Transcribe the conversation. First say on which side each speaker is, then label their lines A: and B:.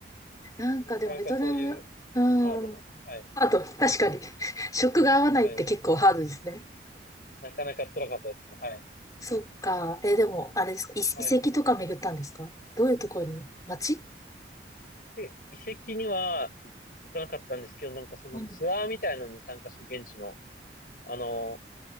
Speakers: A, on the left; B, on the left.
A: なんかでもベトナム、
B: なかなかそういうハードな、
A: うん。
B: はい、
A: あと、確かに、<laughs> 食が合わないって結構ハードですね。
B: はい。なかなか辛かったですね、はい。
A: そっか。えでも、あれですか、遺遺跡とか巡ったんですかどういうところに街
B: はい。遺跡、遺跡には行かなかったんですけど、なんかそのツアーみたいのに参加する現地の、
A: うん。
B: あの、